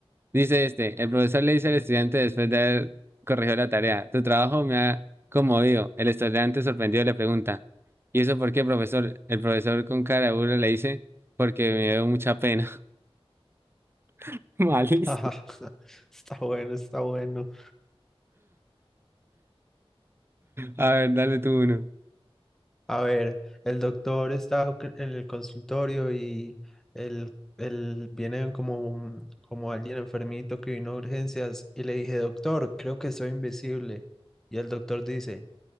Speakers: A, on the right; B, in the centre.
A: Dice este, el profesor le dice al estudiante después de haber corregido la tarea, tu trabajo me ha conmovido. El estudiante sorprendido le pregunta, ¿y eso por qué, profesor? El profesor con cara de burla le dice, porque me dio mucha pena. <laughs> Malísimo.
B: <laughs> Está bueno, está bueno.
A: A ver, dale tú uno.
B: A ver, el doctor está c- en el consultorio y el, el- viene como, un- como alguien enfermito que vino a urgencias y le dije, doctor, creo que soy invisible. Y el doctor dice,